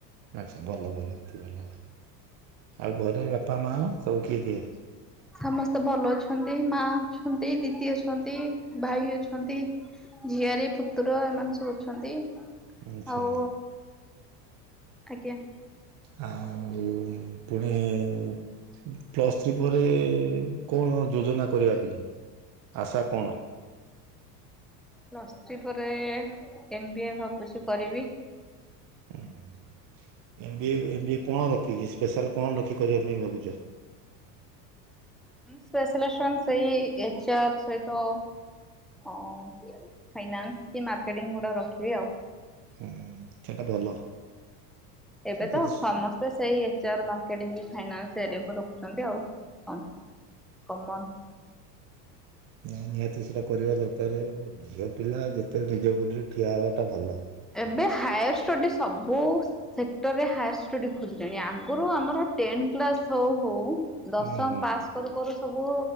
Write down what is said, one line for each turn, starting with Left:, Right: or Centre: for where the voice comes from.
Right: ଆଚ୍ଛା ଭଲ ଭଲ ଏ ଭଲ ଆଉ ଘରେ ବାପା ମା ସବୁ କିଏ କିଏ?
Centre: ସମସ୍ତେ ଭଲ ଅଛନ୍ତି ମା ଅଛନ୍ତି, ଦିଦି ଅଛନ୍ତି, ଭାଇ ଅଛନ୍ତି ଝିଆରୀ ପୁତୁରା ଏମାନେ ସବୁ ଅଛନ୍ତି।
Right: ଆଚ୍ଛା।
Centre: ଆଉ ଆଜ୍ଞା।
Right: ଆଉ ପୁଣି ପ୍ଲସ୍ ଥ୍ରୀ ପରେ କଣ ଯୋଜନା କରିବା ଆଶା କଣ?
Centre: ପ୍ଲସ୍ ଥ୍ରୀ ପରେ ଏମ୍ ବି ଏ ଭାବୁଛି କରିବି।
Right: ଓଁ M B A M B ଏ କଣ ରଖିକି ସ୍ପେଶାଲ କଣ ରଖିକି କରିବା ପାଇଁ ଭାବୁଛ?
Centre: ସ୍ପେସାଲସନ ସେଇ ଏଚ ଆର୍ ସହିତ ହଁ ଫାଇନାନ୍ସ କି ମାର୍କେଟିଂ ଗୁଡା ରଖିବି ଆଉ
Right: ହୁଁ ସେଟା ଭଲ।
Centre: ଏବେ
Right: ସେଥିରେ
Centre: ତ ସମସ୍ତେ ସେଇ ଏଚ ଆର୍ ମାର୍କେଟିଂ ଫାଇନାନ୍ସ ଏରିଆକୁ ରଖୁଛନ୍ତି ଆଉ। କ କମନ
Right: ନା ନିହାତି ସେଟା କରିବା ଦରକାର ଝିଅ ପିଲା ଯେତେବେଳେ ନିଜ ଗୋଡ଼ରେ ଠିଆ ହେବାଟା ଭଲ।
Centre: ଏବେ ହାୟାର ଷ୍ଟଡି ସବୁ ସେକ୍ଟର ରେ ହାୟର ଷ୍ଟଡି ଖୋଜିଲେଣି ଆଗରୁ ଆମର୍ ଟେନ୍ ପ୍ଲସ୍ ହଉ ହଉ ଦଶମ
Right: ହୁଁ
Centre: ପାସ୍ କରୁ କରୁ ସବୁ